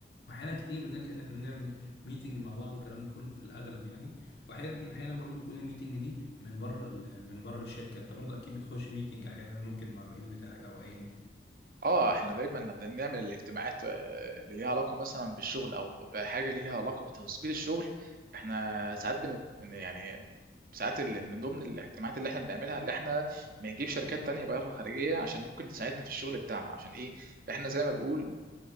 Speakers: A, on the left (about 70°); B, on the right (about 50°).
A: واحيانا كتير بنلجأ ان احنا نعمل ميتنج مع بعض والكلام ده كله في الاغلب يعني واحيانا احيانا برضو بتكون الميتنج دي من بره ال- من بره الشركه انت برضو اكيد بتخش ميتنج احيانا ممكن مع الرئيس بتاعك او ايا يكن
B: اه احنا دايما بنعمل الاجتماعات آه، اللي ليها علاقه مثلا بالشغل او بحاجه ليها علاقه بتظبيط الشغل احنا ساعات بنت بن- يعني ساعات ال- من ضمن الاجتماعات اللي احنا بنعملها اللي احنا بنجيب شركات تانية بره خارجيه عشان ممكن تساعدنا في الشغل بتاعنا عشان ايه احنا زي ما بنقول